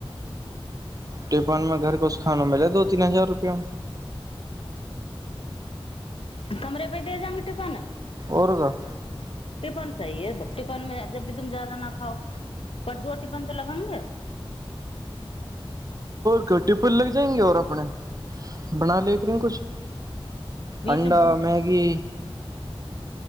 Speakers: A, on the right; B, on the left.
A: टिपान मे घर को खानो मिलै दो तीन हजार रुपयया
B: कमरे पे दे जांग टिफन
A: औरगर
B: टिपन सहि है तो टिफन मे जब की तुम जादा न खाओ पर दो टिफन त लगेंगे
A: तो टिपल लग जाएंगे और अपने बना लेते हैं कुछ
B: बीच
A: अण्डा
B: में
A: मैगी